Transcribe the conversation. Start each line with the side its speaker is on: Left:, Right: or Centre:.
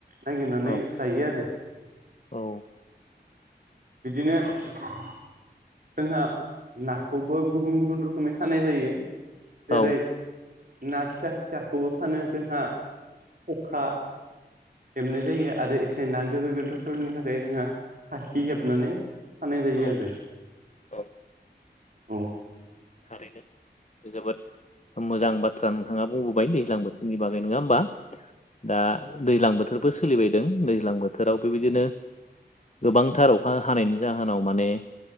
Right: नागिरनानै
Left: औ
Right: जायो आरो
Left: औ
Right: बिदिनो जोंहा नाखौबो गुबुन गुबुन रोखोमै सानाय जायो जेरै
Left: औ
Right: ना फिसा फिसाखौबो सानो जोंहा खखा हेबनाय जायो आरो इथिंजाय ना गोदोर गोदोरफोरनि थाखाय जोंहा खााखि हेबनानै सानाय जायो
Left: औ
Right: आरो
Left: औ
Right: औ
Left: थारैनो जोबोद मोजां बाथ्रा नोंथाङा बुंबोबाय दैज्लां बोथोरनि बागै नङा होमबा दा दैज्लां बोथोरबो सोलिबायदों दैज्लां बोथोराव बेबायदिनो गोबांथार अखा हानायनि जाहोनाव माने